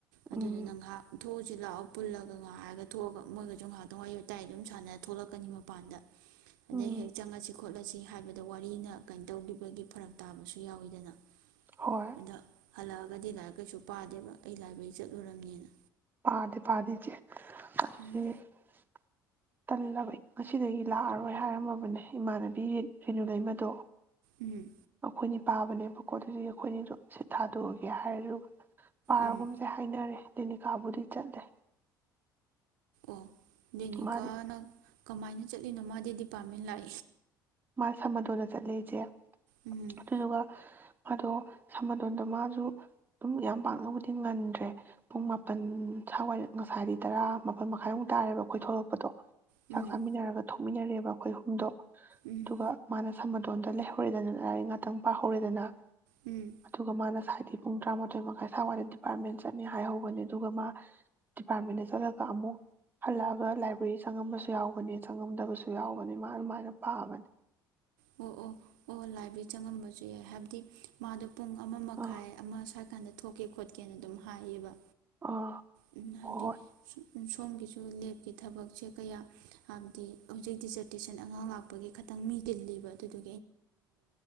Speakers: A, on the right; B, on the right.
A: ꯑꯗꯨꯗꯨ
B: ꯎꯝ
A: ꯅ ꯉꯥꯏꯍꯥꯛ ꯊꯣꯛꯎꯁꯤ ꯂꯥꯛꯑ ꯄꯨꯜꯂꯒ ꯉꯥꯏꯍꯥꯛꯔꯒ ꯊꯣꯛꯑꯒ ꯃꯣꯏꯒꯁꯨ ꯉꯥꯏꯍꯇꯪ ꯋꯥꯔꯤ ꯋꯥꯇꯥꯏ ꯑꯗꯨꯝ ꯁꯥꯟꯅꯔ ꯊꯣꯛꯂꯛꯀꯅꯤ ꯃꯄꯥꯟꯗ ꯑꯗꯩ
B: ꯎꯝ
A: ꯍꯦꯛ ꯆꯪꯉꯁꯤ ꯈꯣꯠꯂꯁꯤ ꯍꯥꯏꯕꯗꯣ ꯋꯥꯔꯤꯅ ꯀꯩꯅ ꯇꯧꯈꯤꯕꯒꯤ ꯐꯔꯛ ꯇꯥꯕꯁꯨ ꯌꯥꯎꯋꯤꯗꯅ
B: ꯍꯣꯏ
A: ꯑꯗ ꯍꯜꯂꯛꯑꯒꯗꯤ ꯂꯥꯏꯔꯤꯛ ꯀꯩꯁꯨ ꯄꯥꯗꯦꯕ ꯑꯩ ꯂꯥꯏꯕ꯭ꯔꯦꯔꯤ ꯆꯠꯂꯨꯔꯕꯅꯤꯅ
B: ꯄꯥꯗꯦꯄꯥꯗꯦ ꯏꯆꯦ ꯑꯁꯤ
A: ꯎꯝ
B: <unintelligible> ꯇꯜꯂꯕ ꯉꯁꯤꯗꯒꯤ ꯂꯥꯛꯑꯔꯣꯏ ꯍꯥꯏꯔꯝꯃꯕꯅꯦ ꯏꯃꯥꯟꯅꯕꯤ ꯔꯤꯅꯨ ꯂꯩꯃꯗꯣ
A: ꯎꯝ
B: ꯑꯩꯈꯣꯏꯅꯤ ꯄꯥꯕꯅꯦꯕ ꯀꯣ ꯑꯗꯨꯗꯤ ꯑꯩꯈꯣꯏꯅꯤꯗꯣ ꯁꯤꯠ ꯊꯥꯗꯣꯛꯑꯒꯦ ꯍꯥꯏꯔ ꯄꯥꯔꯒꯨꯝꯁꯦ
A: ꯎꯝ
B: ꯍꯥꯏꯅꯔꯦ ꯕꯨꯗꯤ ꯆꯠꯂꯦ
A: ꯎꯝ ꯗꯅꯤ
B: ꯃꯥꯗꯤ
A: ꯀꯥ ꯅꯪ ꯀꯃꯥꯏꯅ ꯆꯠꯂꯤꯅꯣ ꯃꯥꯗꯤ ꯄꯥꯝꯃꯤ ꯂꯥꯛ
B: ꯃꯥ ꯁꯃꯗꯣꯟꯗ ꯆꯠꯂꯦ ꯏꯆꯦ
A: ꯎꯝ
B: ꯑꯗꯨꯗꯨꯒ ꯑꯗꯣ ꯁꯃꯗꯣꯟꯗꯣ ꯃꯥꯁꯨ ꯑꯗꯨꯝ ꯌꯥꯝ ꯄꯥꯛꯅꯕꯨꯗꯤ ꯉꯟꯗ꯭ꯔꯦ ꯄꯨꯡ ꯃꯥꯄꯜ ꯁꯋꯥꯏꯔ ꯉꯁꯥꯏꯗꯤ ꯇꯔꯥ ꯃꯥꯄꯜ ꯃꯈꯥꯏꯃꯨꯛ ꯇꯥꯔꯦꯕ ꯑꯩꯈꯣꯏ ꯊꯣꯛꯂꯛꯄꯗꯣ
A: ꯎꯝ
B: ꯆꯥꯛ ꯆꯥꯃꯤꯟꯅꯔꯒ ꯊꯣꯛꯃꯤꯟꯅꯔꯦꯕ ꯑꯩꯈꯣꯏ ꯑꯍꯨꯝꯗꯣ
A: ꯎꯝ
B: ꯑꯗꯨꯒ ꯃꯥꯅ ꯁꯃꯗꯣꯟꯗ ꯂꯩꯍꯧꯔꯦꯗꯅ ꯂꯥꯏꯔꯤꯛ ꯉꯥꯛꯇꯪ ꯄꯥꯍꯧꯔꯦꯗꯅ
A: ꯎꯝ
B: ꯑꯗꯨꯒ ꯃꯥꯅ ꯁꯗꯤ ꯄꯨꯡ ꯇꯔꯥꯃꯥꯊꯣꯏ ꯃꯈꯥꯏ ꯁ꯭ꯋꯥꯏꯗ ꯗꯤꯄꯥꯔꯠꯃꯦꯟ ꯆꯠꯅꯤ ꯍꯥꯏꯍꯧꯕꯅꯦ ꯑꯗꯨꯒ ꯃꯥ ꯗꯤꯄꯥꯔꯠꯃꯦꯟꯗ ꯆꯠꯂꯒ ꯑꯃꯨꯛ ꯍꯜꯂꯛꯑꯒ ꯂꯥꯏꯕ꯭ꯔꯦꯔꯤ ꯆꯪꯉꯝꯕꯁꯨ ꯌꯥꯎꯕꯅꯤ ꯆꯪꯉꯝꯗꯕꯁꯨ ꯌꯥꯎꯕꯅꯤ ꯃꯥ ꯑꯗꯨꯃꯥꯏꯅ ꯄꯥꯕꯅꯤ
A: ꯑꯣ ꯑꯣ ꯑꯣ ꯂꯥꯏꯕ ꯆꯪꯉꯝꯕꯁꯨ ꯌꯥꯏ ꯍꯥꯏꯕꯗꯤ ꯃꯥꯗꯣ ꯄꯨꯡ ꯑꯃ ꯃꯈꯥꯏ
B: ꯑꯥ
A: ꯑꯃ ꯁ꯭ꯔꯀꯥꯟꯗ ꯊꯣꯛꯀꯦ ꯈꯣꯠꯀꯦꯅ ꯑꯗꯨꯝ ꯍꯥꯏꯌꯦꯕ
B: ꯑꯥ
A: ꯎꯝ, ꯍꯥꯏꯕꯗꯤ
B: ꯍꯣꯏ
A: ꯁꯣ- ꯁꯣꯝꯒꯤꯁꯨ ꯂꯦꯞꯀꯤ ꯊꯕꯛꯁꯦ ꯀꯌꯥ ꯍꯥꯏꯕꯗꯤ ꯍꯧꯖꯤꯛ ꯗꯤꯖꯔꯇꯦꯁꯟ ꯑꯉꯥꯡ ꯂꯥꯛꯄꯒꯤ ꯈꯤꯇꯪ ꯃꯤ ꯇꯤꯜꯂꯤꯕ ꯑꯗꯨꯗꯣ